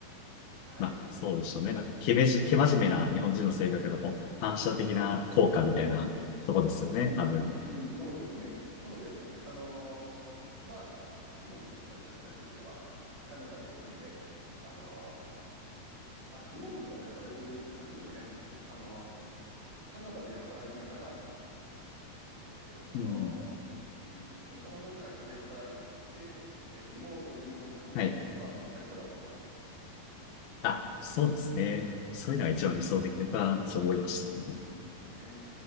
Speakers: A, on the left (about 70°); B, on the right (about 70°).
A: <laughs>
B: はい。
A: まあ、そうでしょね。なんか、けめじ、け真面目な日本人の性格のこう反射的な効果みたいなとこですよね、
B: うん、うん、
A: 多分。
B: うん、そうですね。なので、あのーまあ、リモートとかで働ける人は、カナダで住んで、あのーあ、リモートとかで働ける、なんていうんですかね。あのーカナダで働きながら、えっと、
A: うん。
B: あの、カナダの会社で働いて、リモートで日本に住める人とかはもう最高だと思います。
A: はい。
B: はい。
A: あ、そうですね。そういうのが一番理想的だな、
B: うん。
A: と思いましたね。
B: ですね。